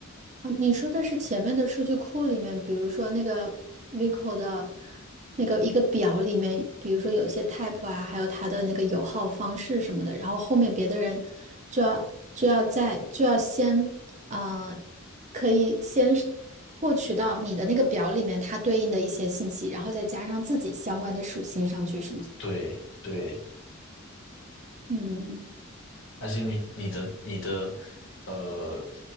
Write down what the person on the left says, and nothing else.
对对，
而且你你的你的呃